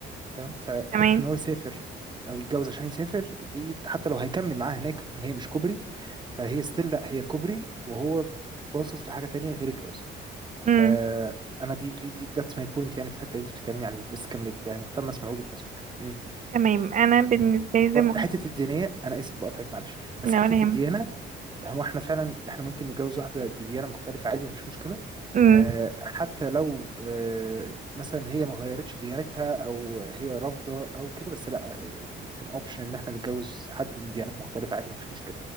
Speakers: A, on the right; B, on the right.
A: تمام فحته
B: تمام
A: ان هو يسافر او يتجوز عشان يسافر دي حتى لو هيكمل معاها هناك هي مش كوبري فهي ستيل لا هي كوبري وهو باصص لحاجه تانية غير الجواز
B: امم
A: فانا دي دي دي ذاتس ماي بوينت يعني في الحته اللي انت بتتكلمي عليها دي بس كملي يعني مهتم اسمع وجهه نظرك مم.
B: تمام انا بالنسبه لي زي ما قلت
A: حته الدينيه انا اسف بقطعك معلش بس
B: لا
A: حته
B: ولا يهمك
A: الديانه هو احنا فعلا احنا ممكن نتجوز واحدة بديانة مختلفة عادي مفيش مشكلة
B: امم
A: آه، حتى لو آه، مثلا هي ما غيرتش ديانتها او هي رافضة او كده بس لا اتس ان اوبشن ان احنا نتجوز حد من ديانات مختلفة عادي مفيش مشكلة